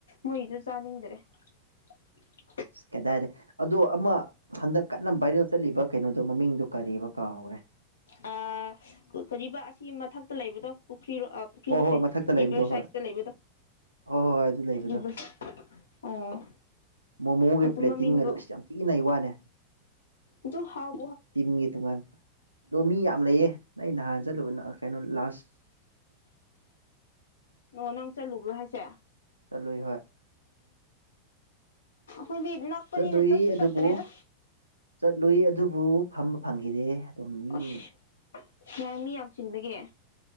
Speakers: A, on the left; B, on the right.
A: ꯃꯣꯏꯁꯨ ꯆꯥꯅꯤꯡꯗ꯭ꯔꯦ <unintelligible>
B: ꯀꯩꯗꯥꯔꯦ ꯑꯗꯣ ꯑꯃ ꯍꯟꯗꯛ ꯀꯟꯅ ꯕꯥꯥꯏꯔꯦꯜ ꯆꯠꯂꯤꯕ ꯀꯩꯅꯣ ꯑꯗꯨ ꯃꯃꯤꯡꯗꯨ ꯀꯔꯤꯔꯤꯕ ꯀꯥꯎꯔꯦ
A: ꯑ ꯀ ꯑꯁꯤ ꯃꯊꯛꯇ ꯂꯩꯕꯗꯣ ꯄꯨꯈ꯭ꯔꯤꯔ ꯄꯨꯈ꯭ꯔꯤ
B: ꯍꯣꯏ
A: ꯅꯠꯇꯦ
B: ꯍꯣꯏ ꯃꯊꯛꯇ ꯂꯩꯕꯗꯣ
A: ꯚꯔ
B: ꯍꯣꯏ
A: ꯁꯥꯏꯁꯇ
B: ꯍꯣꯏ
A: ꯂꯩꯕꯗꯣ
B: ꯍꯣꯏ ꯍꯣꯏ ꯑꯗꯨ ꯂꯩꯕꯗꯣ
A: ꯏꯕꯨ ꯑꯣ
B: ꯃꯣꯃꯣꯒꯤ
A: ꯑꯗꯨ
B: ꯄ꯭ꯂꯦꯇꯤꯡ
A: ꯃꯃꯤꯡꯗꯣ
B: ꯑꯗꯣ ꯑꯩꯁ ꯌꯥꯝ ꯊꯤꯅ ꯋꯥꯅꯦ
A: ꯑꯗꯨꯣ ꯍꯥꯎ
B: ꯇꯤꯝꯒꯤ ꯇꯣꯉꯥꯟꯕ ꯑꯗꯣ ꯃꯤ ꯌꯥꯝ ꯂꯩꯌꯦ ꯅ ꯅꯍꯥꯟ ꯆꯠꯂꯨ ꯀꯩꯅꯣ ꯂꯥꯁ
A: ꯑꯣ ꯅꯪ ꯆꯠꯂꯨꯕ꯭ꯔꯣ ꯍꯥꯏꯁꯦ
B: ꯆꯠꯂꯨꯏ ꯍꯣꯏ
A: ꯃꯣꯏ ꯅꯛꯄꯅꯤꯅ
B: ꯆꯠꯂꯨꯏ
A: ꯆꯁꯨ
B: ꯑꯗꯨꯕꯨ
A: ꯆꯔ ꯇꯔꯦꯅ
B: ꯆꯠꯂꯨꯏ ꯑꯗꯨꯕꯨ ꯐꯝꯕ ꯐꯪꯈꯤꯗꯦ ꯑꯗꯨꯝ ꯃꯤ
A: ꯑꯁ ꯁꯥꯏ ꯃꯤ ꯌꯥꯝ ꯆꯤꯟꯕꯒꯤꯦ